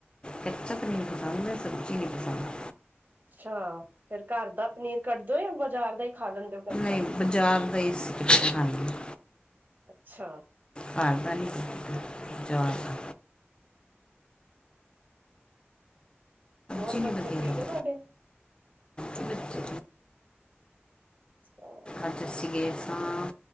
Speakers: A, on the left; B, on the right.
A: ਕੱਚਾ ਪਨੀਰ ਪਸੰਦ ਐ ਸਬਜੀ ਨੀ ਪਸੰਦ
B: ਅੱਛਾ ਫੇਰ ਘਾਰ ਦਾ ਪਨੀਰ ਕੱਢਦੇ ਔ ਜਾਂ ਬਾਜ਼ਾਰ ਦਾ ਹੀ ਖਾ ਲੈਂਦੇ ਹੋ ਫਿਰ
A: ਤੇ ਬਾਜ਼ਾਰ ਦਾ ਹੀ ਅਸੀ ਕਿੱ ਬਣਾ ਲਈਦਾ
B: ਅੱਛਾ
A: ਘਾਰ ਦਾ ਨੀ ਬਜ਼ਾਰ ਦਾ
B: ਹੋਰ
A: ਚੀ ਨਹੀਂਵ
B: ਬੱਚੇ
A: ਦੇ
B: ਠੀਕ
A: ਹ
B: ਹੈ ਤੁਹਾਡੇ
A: ਪਛ <inaudible>
B: ਹਾਂ
A: ਅਜ ਅਸੀ ਗਏ ਸਾਂ